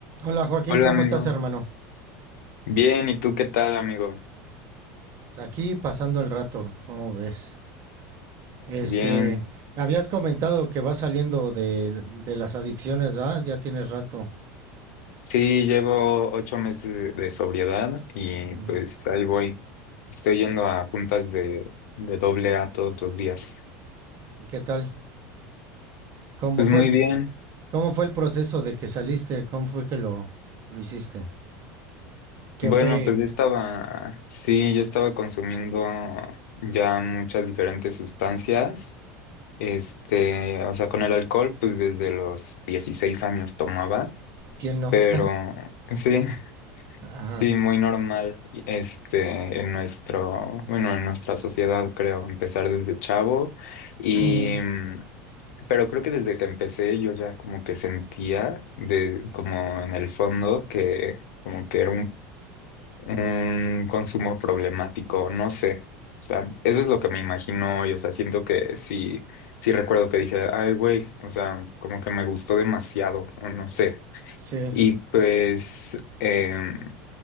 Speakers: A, on the right; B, on the left.
A: Hola Joaquín,
B: Hola
A: ¿cómo
B: amigo,
A: estás, hermano?
B: bien, ¿y tú qué tal amigo?
A: Aquí pasando el rato, ¿cómo ves? Este,
B: Bien,
A: me habías comentado que vas saliendo de, de las adicciones, ¿ah? Ya tienes rato.
B: sí, llevo ocho meses de, de sobriedad y
A: Ujú.
B: pues ahí voy. Estoy yendo a juntas de, de doble A todos los días.
A: ¿Y qué tal? ¿Cómo
B: Pues
A: fue
B: muy
A: el,
B: bien,
A: cómo fue el proceso de que saliste? ¿Cómo fue que lo, lo hiciste? ¿Qué
B: bueno,
A: fue?
B: pues yo estaba, sí, yo estaba consumiendo ya muchas diferentes sustancias, este, o sea, con el alcohol pues desde los 16 años tomaba,
A: ¿Quién no?
B: pero sí.
A: <laughs> Ajá.
B: Sí, muy normal, y, este, en nuestro, bueno, en nuestra sociedad, creo, empezar desde chavo y,
A: <clears throat> Ujú.
B: mm, pero creo que desde que empecé yo ya como que sentía de, como en el fondo que como que era un, un consumo problemático, no sé, o sea, eso es lo que me imagino y, o sea, siento que sí, sí recuerdo que dije, ay, güey, o sea, como que me gustó demasiado, o no sé,
A: Sí,
B: y pues, em,